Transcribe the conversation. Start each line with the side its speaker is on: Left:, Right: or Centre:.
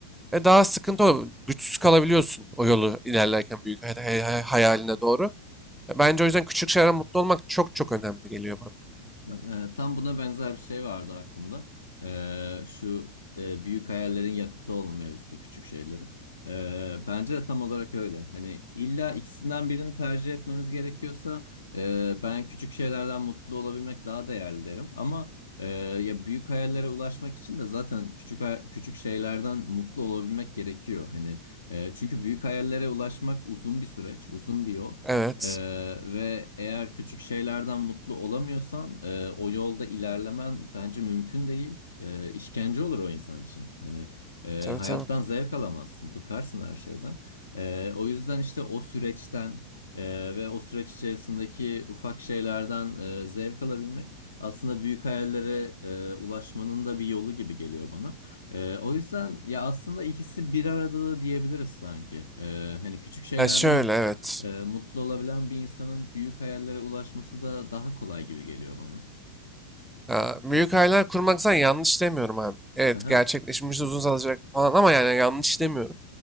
Centre: Ve daha sıkıntı oluyor. Güçsüz kalabiliyorsun o yolu ilerlerken büyük hay- hay- hay- hayaline doğru. Ya Bence o yüzden küçük şeylerden mutlu olmak çok çok önemli geliyor bana.
Left: Ben- e, tam buna benzer bir şey vardı aklımda. E, şu e, büyük hayallerin yakıtı olma mevzusu, küçük şeylerin. E, bence de tam olarak öyle. Hani illa ikisinden birini tercih etmemiz gerekiyorsa e, ben küçük şeylerden mutlu olabilmek daha değerli derim. Ama e, ya büyük hayallere ulaşmak için de zaten küçük hay- küçük şeylerden mutlu olabilmek gerekiyor. Hani e, çünkü büyük hayallere ulaşmak uzun bir süreç, uzun bir yol.
Centre: Evet.
Left: Ee, ve eğer küçük şeylerden mutlu olamıyorsan e, o yolda ilerlemen bence mümkün değil. E, işkence olur o insan için. Yani e,
Centre: Tabii
Left: hayattan
Centre: tabii.
Left: zevk alamazsın, bıkarsın her şeyden. E, o yüzden işte o süreçten e, ve o süreç içerisindeki ufak şeylerden e, zevk alabilmek aslında büyük hayallere e, ulaşmanın da bir yolu gibi geliyor bana. E, o yüzden ya aslında ikisi bir arada da diyebiliriz sanki. E, hani küçük şeylerden
Centre: Ya şöyle evet.
Left: ee, mutlu olabilen bir insanın büyük hayallere ulaşması da daha kolay gibi geliyor bana.
Centre: Ya, büyük hayaller kurmaksan yanlış demiyorum abi. Evet
Left: Aha.
Centre: gerçekleşmesi uzun alacak falan ama yani yanlış demiyorum.